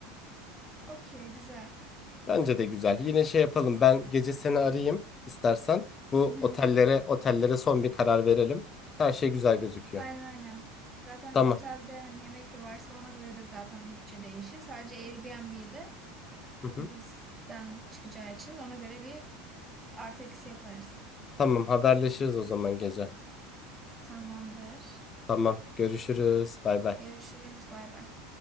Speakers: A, on the right (about 20°); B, on the left (about 30°).
A: Okey güzel.
B: Bence de güzel. Yine şey yapalım. Ben gece seni arayayım istersen. Bu
A: Hı hı.
B: otellere otellere son bir karar verelim. Her şey güzel gözüküyor.
A: Aynen aynen. Zaten
B: Tamam.
A: otelde hani yemek varsa ona göre de zaten bütçe değişir. Sadece Airbnb'yi de full
B: Hı hı.
A: bizden çıkacağı için ona göre bir artı eksi yaparız.
B: Tamam haberleşiriz o zaman gece.
A: Tamamdır.
B: Tamam görüşürüz. Bay bay.
A: Görüşürüz. Bay bay.